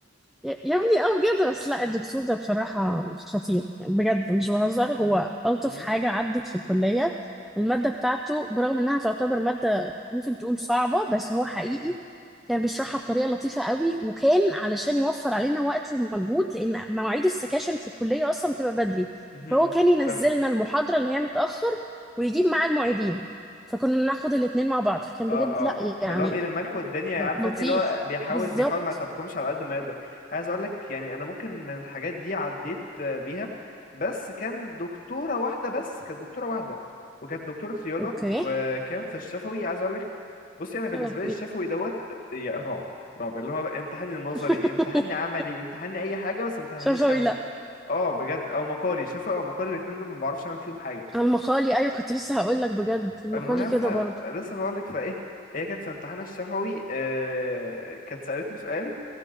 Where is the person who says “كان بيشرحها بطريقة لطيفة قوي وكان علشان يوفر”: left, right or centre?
Centre